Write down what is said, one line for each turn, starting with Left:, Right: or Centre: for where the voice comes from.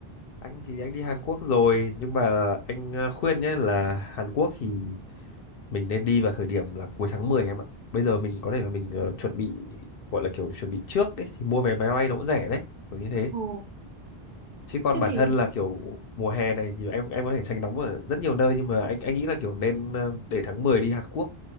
Left: anh thì anh đi Hàn Quốc rồi nhưng mà anh ờ, khuyên nhé là Hàn Quốc thì mình nên đi vào thời điểm là cuối tháng 10 em ạ. Bây giờ mình có thể là mình ờ, chuẩn bị gọi là kiểu chuẩn bị trước ấy, thì mua vé máy bay nó cũng rẻ đấy, kiểu như thế.
Right: Ồ,
Left: Chứ còn
Right: Thế
Left: bản
Right: thì
Left: thân là kiểu mùa hè này thì em em có thể tránh nóng ở rất nhiều nơi nhưng mà anh anh nghĩ là kiểu nên ờ, để tháng 10 đi Hàn Quốc